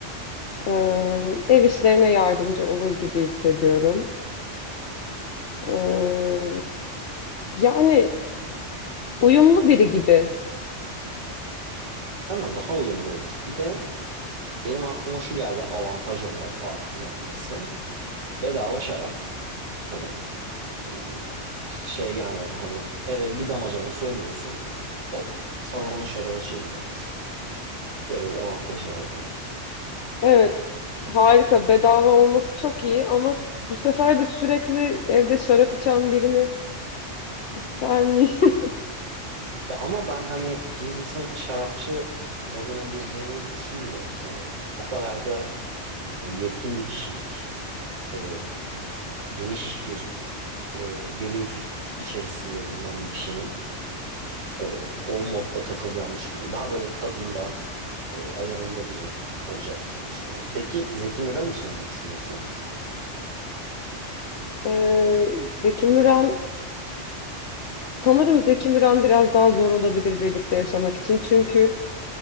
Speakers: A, on the left; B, on the right.
A: E, ev işlerine yardımcı olur gibi hissediyorum. E, yani uyumlu biri gibi.
B: Değil mi? Daha uyumlu olur. Bir de benim aklıma şu geldi avantaj olarak artı noktası. Bedava şarap. Hani e, hiç şey gelmedi. Hani eve bir damacana söylüyorsun. Hop sana onu şaraba çeviriyor mesela. Böyle bir avantajı var adamın.
A: Evet, harika. Bedava olması çok iyi ama s- bu sefer de sürekli evde şarap içen birini İster mi? <laughs>
B: Ya ama ben hani Jesus'ın şarapçı moduna gireceğini düşünmüyorum. Hani o kadar da hani yetkin bir kişilik. e, geniş bir e, gönül içerisinde bulunan bir kişinin e, o modda takılacağını düşünmüyorum. Daha böyle tadında, e, ayarında biri olacaktır diye düşünüyorum. Peki Zeki Müren için ne düşünüyorsun?
A: Ee, Zeki Müren sanırım Zeki Müren biraz daha zor olabilir birlikte yaşamak için. Çünkü